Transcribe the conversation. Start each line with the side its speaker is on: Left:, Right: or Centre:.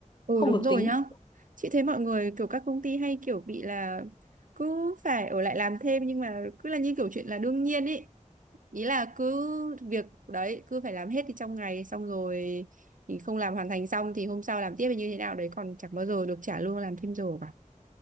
Right: Ừ
Left: không
Right: đúng
Left: được
Right: rồi
Left: tính
Right: nhá. Chị thấy mọi người kiểu các công ty hay kiểu bị là cứ phải ở lại làm thêm nhưng mà cứ là như kiểu chuyện là đương nhiên ấy. Ý là cứ việc đấy cứ phải làm hết thì trong ngày xong rồi thì không làm hoàn thành xong thì hôm sau làm tiếp hay như thế nào đấy còn chẳng bao giờ được trả lương làm thêm giờ cả